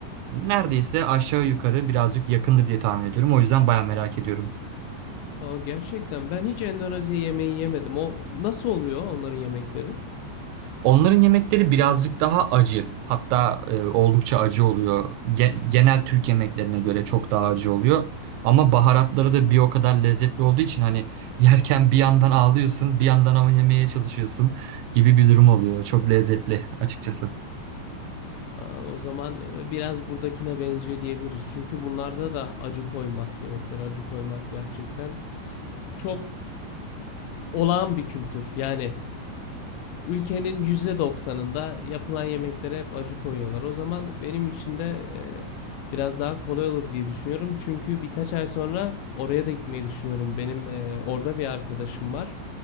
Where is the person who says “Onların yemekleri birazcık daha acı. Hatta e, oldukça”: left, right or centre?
Right